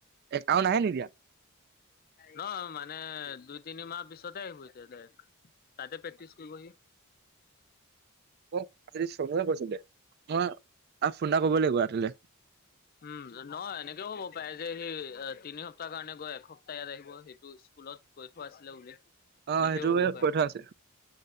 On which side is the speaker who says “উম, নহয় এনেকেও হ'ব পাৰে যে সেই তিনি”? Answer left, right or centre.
Left